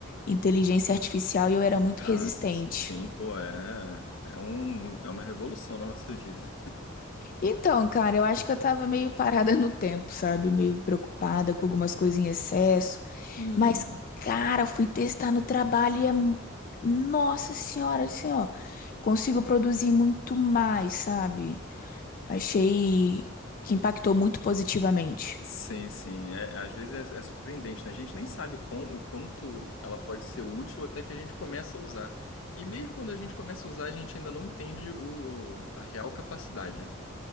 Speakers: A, on the left (about 45°); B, on the left (about 75°).
A: inteligência artificial e eu era muito
B: Ah,
A: resistente.
B: s- sim, pô, é, é um, é uma revolução na nossa vida.
A: Então, cara, eu acho que eu tava meio parada no tempo, sabe? Meio preocupada com algumas coisas em excesso.
B: Uhum.
A: Mas, cara, fui testar no trabalho e é. mu- Nossa senhora, assim, ó. Consigo produzir muito mais, sabe? Achei que impactou muito positivamente.
B: Sim, sim. É, às vezes é, é surpreendente, né? A gente nem sabe o quão- o quanto ela pode ser útil até que a gente começa a usar. E mesmo quando a gente começa a usar, a gente ainda não entende o, o- a real capacidade.